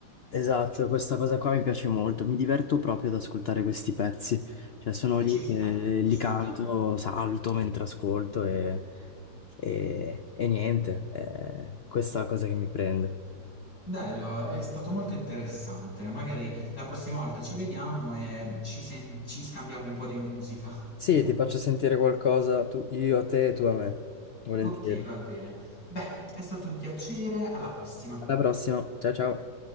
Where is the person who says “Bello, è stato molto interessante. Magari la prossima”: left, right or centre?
Left